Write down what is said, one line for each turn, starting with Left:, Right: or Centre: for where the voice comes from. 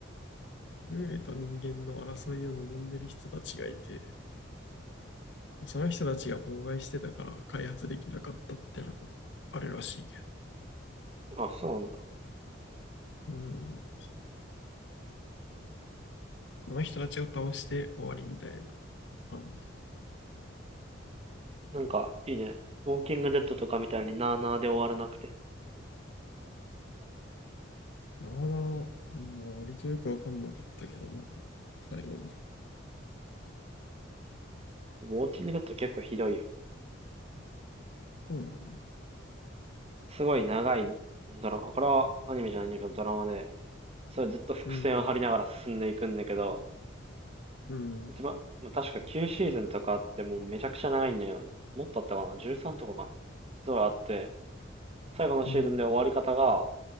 Left: グールと人間の争いを望んでる人たちがいて、その人たちが妨害してたから開発できなかったってのもあるらしいけど。
Right: あ、そうなんだ。
Left: うん。その人たちを倒して終わりみたいな感じ。
Right: なんかいいね。ウォーキングデッドとかみたいになーなーで終わらなくて。
Left: なあなあ、まあ割とよくわかんなかったけどな。最後の。そ
Right: ウォーキングデッド結構ひどいよ。
Left: うなん
Right: すごい長いドラマ。これはアニメじゃないんだけどドラマで、それずっと伏線を張りながら進んでいくんだけど、
Left: うん。うん。
Right: 一番、ま確か9シーズンとかあってもうめちゃくちゃ長いんだよ。もっとあったかな ?13 とかかなすごいあって、最後のシーズンで終わり方が、
Left: うん。